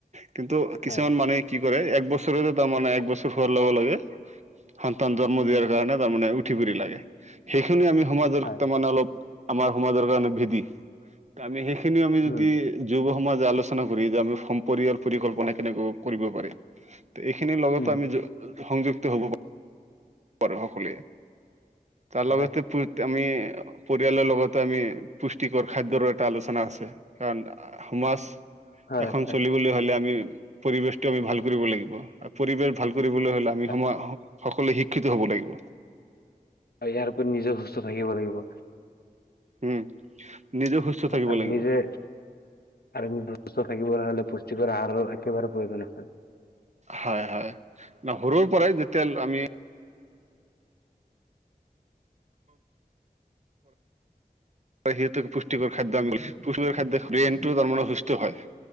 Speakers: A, on the right; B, on the left.
A: কিন্তু কিছুমান
B: হয়
A: মানে কি কৰে এক বছৰে তাৰমানে এক বছৰ হোৱাৰ ল'ব লাগে সন্তান জন্ম দিয়াৰ কাৰণে তাৰমানে উঠি পুৰি লাগে। সেইখিনি আমি সমাজক
B: হয়
A: তাৰ মমানে অলপ আমাৰ সমাজৰ কাৰণে ভিদি। আমি সেইখিনি আমি যদি
B: উম
A: যুৱ সমাজ আলোচনা যে আমি সম্প পৰিকল্পনা কেনেকৈ কৰিব পাৰি। এইখিনি লগতে
B: উম
A: আমি সংযুক্ত হ'ব পৰে সকলোৱে। তাৰ লগতে
B: হয়
A: আমি পৰিয়ালৰ লগতো আমি পুষ্টিকৰ খাদ্যৰো এটা আলোচনা আছে, কাৰণ সমাজ
B: হয়
A: এখন
B: হয়
A: চলিবলৈ হলে আমি পৰিবেশটো আমি ভাল কৰিব লাগিব। আৰু পৰিবেশ ভাল কৰিবলৈ হলে আমি
B: হয়
A: সময় সকলোৱে শিক্ষিত হ'ব লাগিব।
B: ইয়াৰ উপৰি নিজেও সুস্থ থাকিব লাগিব।
A: উম, নিজেও সুস্থ থাকিব
B: আৰু
A: লাগিব।
B: নিজে আৰু সুস্থ থাকিবলৈ হ'লে পুষ্টিকৰ আহাৰৰ একেবাৰে প্ৰয়োজন আছে।
A: হয়, হয় সৰুৰ পৰাই যেতিয়া আমি সিঁহতৰ পুষ্টিকৰ খাদ্য আমি পুষ্টিকৰ খাদ্য বব্ৰেইন তাৰ মানে সুস্থ হয়।